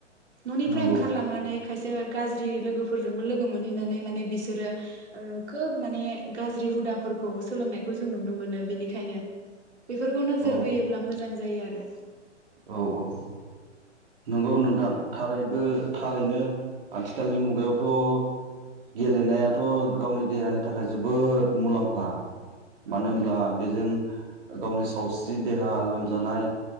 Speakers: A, on the right; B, on the right.
A: न'निफ्राय
B: नंगौ
A: ओंखारलांनानै खायसे गाज्रि लोगोफोरजोंबो लोगो मोनहैनानै माने बिसोरो खोब माने गाज्रि हुदाफोरखौ सोलोंनायखौ जों नुनो मोनो। बिनिख खायनो। बेफोरखौ नोजोर
B: औ
A: बोयोब्ला मोजां जायो आरो।
B: औ औ नंगौ नोंथां थारैबो थारैनो आथिखालनि मुगायावथ' गेलेनायाथ' गावनि देहानि थाखाय जोबोद मुलाम्फा। मानो
A: औ
B: होनब्ला बेजों गावनि सावस्रि देहा लोमजानाय